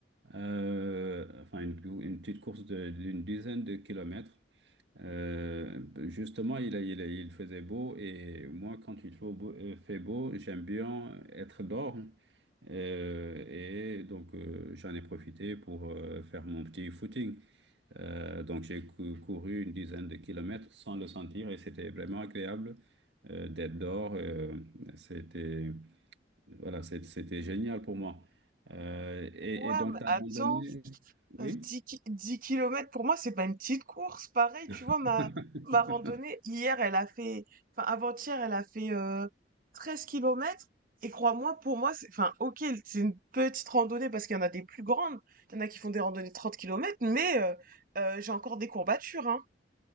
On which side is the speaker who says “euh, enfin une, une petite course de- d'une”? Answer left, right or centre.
Right